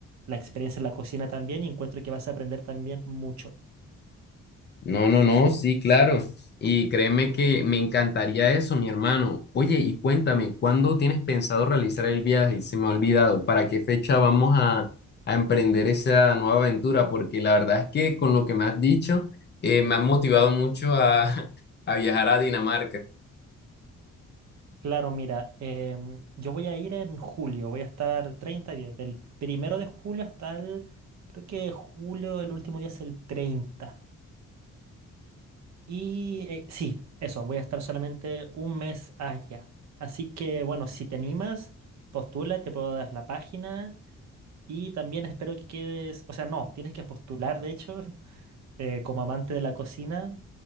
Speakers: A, on the right; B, on the left.
A: la experiencia en la cocina también y encuentro que vas a aprender también mucho.
B: No, no, no, sí, claro. Y créeme que me encantaría eso, mi hermano. Oye, y cuéntame, ¿cuándo tienes pensado realizar el viaje? Se me ha olvidado. ¿Para qué fecha vamos a, a emprender esa nueva aventura? Porque la verdad es que con lo que me has dicho, eh, me has motivado mucho a, <laughs> a viajar a Dinamarca.
A: Claro, mira, em, yo voy a ir en julio, voy a estar 30 días, del primero de julio hasta el, creo que julio, el último día es el 30. Y eh, sí, eso, voy a estar solamente un mes allá. Así que bueno, si te animas, postula, te puedo dar la página y también espero que quedes, o sea, no, tienes que postular, de hecho, <laughs> eh, como amante de la cocina,